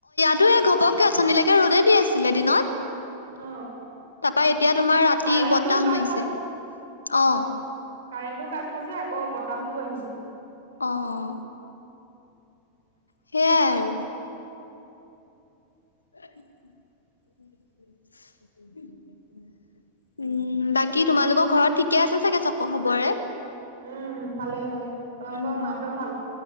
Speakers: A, on the left; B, on the right.
A: ত এই ঘপকে অথননিলৈকে ৰ'দ দি আছিলে দিনত
B: অ
A: তাৰাপা এতিয়া তোমাৰ ৰাতি
B: কাৰেণ্টটোও
A: বতাহ
B: কাট
A: মাৰিছে অ
B: কাৰেণ্টো কাট খাইছে আকৌ বতাহতোও আহিছে
A: অঁ সেইয়াই আৰু <inaudible> উম বাকী তোমালোকৰ ঘৰত থিক কে আছে চাগে চক খবৰে
B: উম, ভালে ভালে তোমালোকৰ
A: উম
B: মাহঁতৰ ভাল?